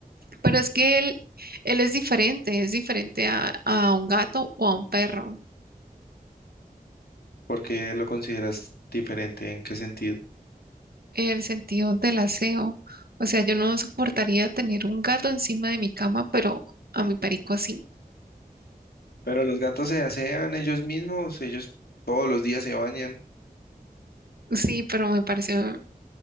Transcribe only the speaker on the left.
¿Por qué lo consideras diferente? ¿En qué sentido?
Pero los gatos se asean ellos mismos, ellos todos los días se bañan.